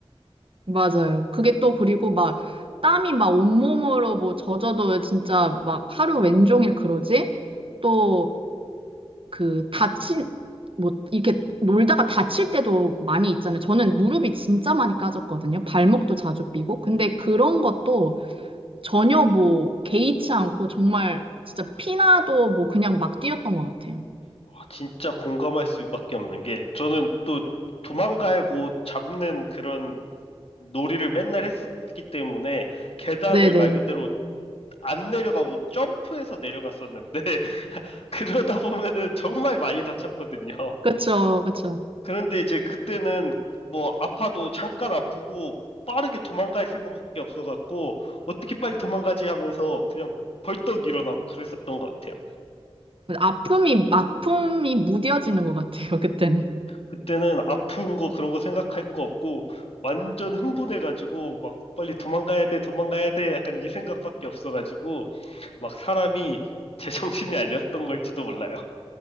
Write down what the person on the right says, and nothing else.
맞아요. 그게 또 그리고 막 땀이 막 온몸으로 뭐 젖어도 진짜 막 하루 왼종일 그러지? 또 그 다친 뭐 이렇게 놀다가 다칠 때도 많이 있잖아요. 저는 무릎이 진짜 많이 까졌거든요. 발목도 자주 삐고. 근데 그런 것도 전혀 뭐 개의치 않고 정말 진짜 피나도 뭐 그냥 막 뛰었던 것 같아요.
네네.
그쵸, 그쵸.
아픔이, 아픔이 무뎌지는 것 같아요, <laughs> 그때는.